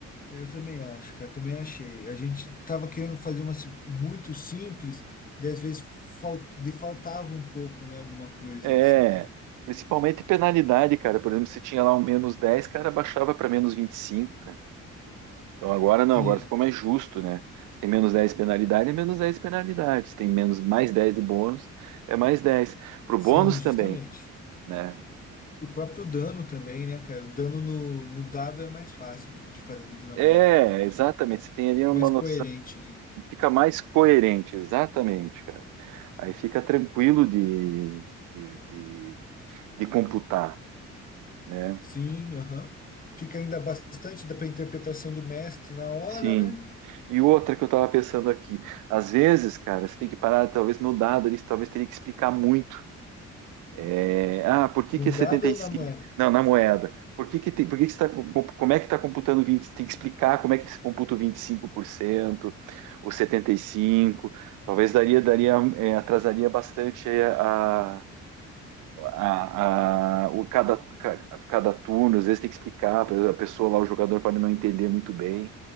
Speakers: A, on the left; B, on the right.
A: Eu também acho, cara, também achei. A gente tava querendo fazer uma si- muito simples, daí às vezes fal- de faltava um pouco, né, alguma coisa
B: É,
A: assim, né?
B: principalmente penalidade, cara. Por exemplo, se tinha lá um menos 10, cara, baixava para menos 25, cara. Então agora não,
A: Sim,
B: agora ficou mais justo, né? Se tem menos 10 penalidade, é menos 10 penalidade. Se tem menos mais 10 de bônus, é mais 10. Pro
A: sim,
B: bônus
A: justamente.
B: também, né?
A: O próprio dano também, né, cara? O dano no, no dado é mais fácil de fazer do que na
B: É,
A: moeda mesmo.
B: exatamente. Você tem ali uma
A: Mais
B: noção
A: coerente, né?
B: Fica mais coerente, exatamente, cara. Aí fica tranquilo de, de, de- de computar, né?
A: Sim, aham. Fica ainda bastante da pra interpretação do mestre na hora,
B: Sim.
A: né?
B: E outra que eu tava pensando aqui, às vezes, cara, você tem que parar, talvez no dado, eles talvez teria que explicar muito. É, ah, por que
A: Num
B: que é
A: dado
B: setenta e
A: ou na
B: cinco
A: moeda?
B: Não, na moeda. Por que que tem, por que que está, como é que está computando vinte Tem que explicar como é que se computa o 25%, o 75. Talvez daria, daria, é, atrasaria bastante aí a, a, a, o cada, ca- cada turno, às vezes tem que explicar, a pessoa lá, o jogador pode não entender muito bem.